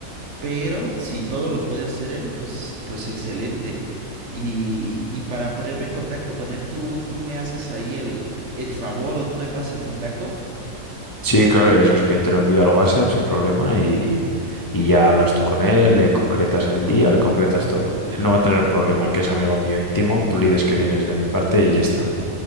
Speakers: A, on the right; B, on the left.
A: Pero si todo lo puede hacer él, pues, pues excelente. Y, y para ponerme en contacto con él, tú, tú me haces ahí el, el favor o tú me pasas el contacto.
B: Sí, claro, y eso es que te lo envío al WhatsApp sin problema y, y ya hablas tú con él, le concretas el día, le concretas todo. Él no va a tener problema, que es amigo mío íntimo, tú le dices que vienes de mi parte y ya está.